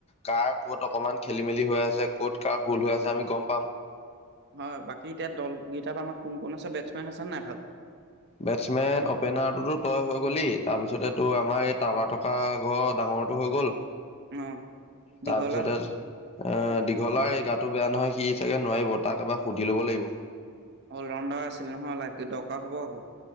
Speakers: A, on the left; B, on the right.
A: কাৰ ক'ত অকমান খেলি মেলি হৈ আছে ক'ত কাৰ ভুল হৈ আছে আমি গম পাম
B: হয় বাকী এতিয়া দলকেইটাত আমাৰ কোন কোন আছে বেটছমেন আছেনে নাই ভাল
A: বেটছমেন অপেনাৰটোতো তই হৈ গ'লি তাৰপিছতে তো আমাৰ এই টাৱাৰ থকা ঘৰ ডাঙৰ মোৰটো হৈ গ'ল
B: অ দীঘলা
A: তাৰ পিছতে এ দীঘলাৰ এই গাত তো বেয়া নহয় সি সিচাগে নোৱাৰিব তাক এবাৰ সুধি ল'ব লাগিব
B: অল ৰাউণ্ডাৰ আছিল নহয় লাগ দৰকাৰ হ'ব আকৌ